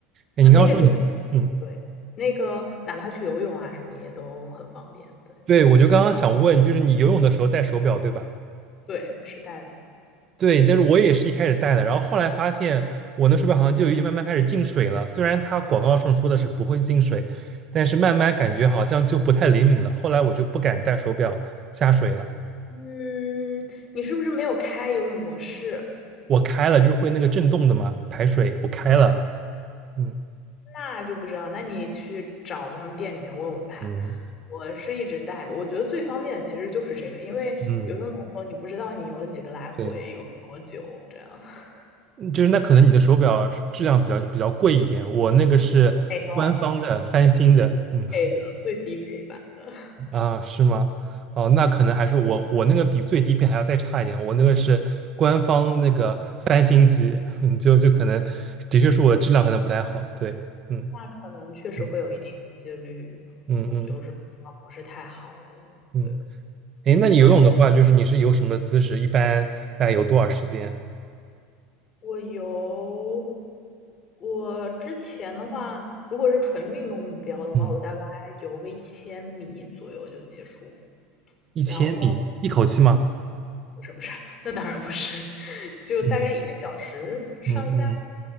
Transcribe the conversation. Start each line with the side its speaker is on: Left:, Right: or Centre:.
Right: 哎，
Left: 呃，
Right: 你刚刚说你，
Left: 那个就
Right: 嗯，
Left: 对，那个哪怕去游泳啊什么也都很方便。对
Right: 对，我就刚刚想问，就是你游泳的时候戴手表对吧？
Left: 对，是带的。
Right: 对，但是我也是一开始戴的，然后后来发现我那手表好像就已经慢慢开始进水了。虽然它广告上说的是不会进水，但是慢慢感觉好像就不太灵敏了。后来我就不敢戴手表下水了。
Left: 嗯，你是不是没有开游泳模式？
Right: 我开了，就是会那个震动的嘛，排水，我开了。嗯
Left: 那就不知道，那你去找他们店里面问问看。
Right: 嗯
Left: 我是一直带的，我觉得最方便的其实就是这个，因为游泳的时候你不知道你游了几个来回，
Right: 嗯，对，
Left: 游了多久，这样 <laughs>
Right: 嗯就是那可能你的手表质量比较比较贵一点，我那个是官方的翻新的。
Left: 没有
Right: 嗯。
Left: 配的最低配版的，
Right: 啊，是吗？哦，那可能还是我我那个比最低配还要再差一点，我那个是官方那个翻新机，<laughs> 嗯，就就可能的确是我的质量可能不太好，对，嗯
Left: 那可能确实会有一定的几率，
Right: 嗯嗯嗯
Left: 就是啊不是太好的。
Right: 嗯，
Left: 对，
Right: 哎，那你游泳的话，
Left: 手表
Right: 就是你是游什么姿势？一般大概游多少时间？
Left: 我游，我之前的话，如果是纯运动目标的话，
Right: 嗯，
Left: 我大概游个一千米左右就结束，
Right: 一千米一口气吗？
Left: 然后。不是不是，那当然不是，<laughs> 就大概一个小时上下。
Right: 嗯嗯